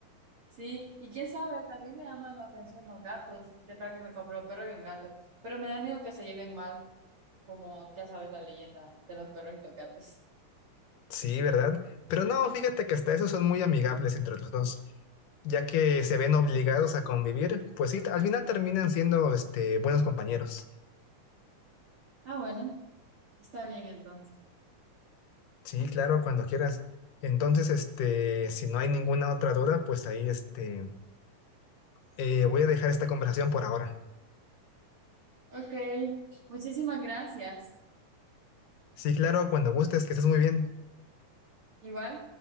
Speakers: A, on the right; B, on the left.
A: Sí, y quién sabe, también me llaman la atención los gatos. ¿Qué tal que me compré un perro y un gato? Pero me da miedo que se lleven mal, como ya sabes la leyenda de los perros y los gatos.
B: Sí, ¿verdad? Pero no, fíjate que hasta esos son muy amigables entre los dos, ya que se ven obligados a convivir, pues sí, al final terminan siendo, este, buenos compañeros.
A: Ah, bueno, está bien entonces.
B: Sí, claro, cuando quieras. Entonces, este, si no hay ninguna otra duda, pues ahí, este Eh, voy a dejar esta conversación por ahora.
A: Ok, muchísimas gracias.
B: Sí, claro, cuando gustes, que estés muy bien.
A: Igual.